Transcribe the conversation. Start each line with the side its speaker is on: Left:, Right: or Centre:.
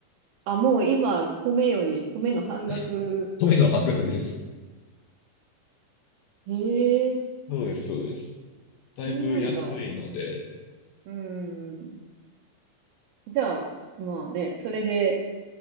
Right: あ、もう今、米より、米の半額。
Left: <laughs> 米の半額です。
Right: へえ、
Left: そうです、そうです。だいぶ安いので、
Right: そんなのが。うーん。じゃあ、まあね、それで、